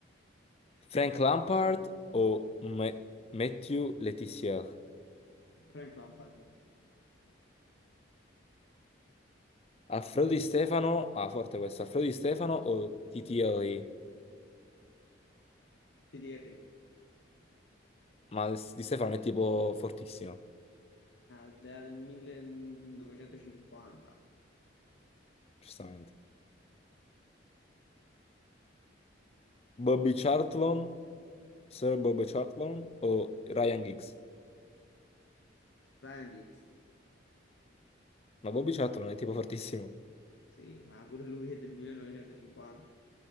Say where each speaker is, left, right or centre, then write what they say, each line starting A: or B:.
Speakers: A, on the left; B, on the left.
A: Frank Lampard o Ma- Mathieu Letizia?
B: Frank Lampard,
A: Alfredo Di Stefano, ah forte questo, Alfredo Di Stefano o Titieri?
B: ti direi,
A: Ma Di Stefano è tipo fortissimo,
B: idea del 1950.
A: giustamente. Bobby Charlton, Sir Bobby Charlton o Ryan Giggs?
B: Frank Hicks,
A: Ma Bobby Charlton è tipo fortissimo,
B: sì, ma pure lui è del 1950.